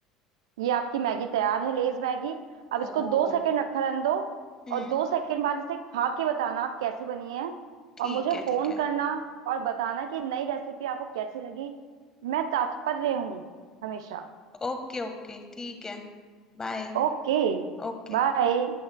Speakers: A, on the right; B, on the left.
A: ये आपकी मैगी तैयार है लेज मैगी अब इसको
B: ओ
A: दो सेकंड रखा रहने दो
B: हम्म
A: और दो सेकंड बाद इसे खा के बताना आप कैसी बनी है
B: ठीक
A: और मुझे
B: है
A: फोन
B: ठीक है
A: करना और बताना कि नई रेसिपी आपको कैसी लगी मैं तत्पर हूँ हमेशा
B: ओके ओके ठीक है बाय
A: Okay
B: ओके
A: bye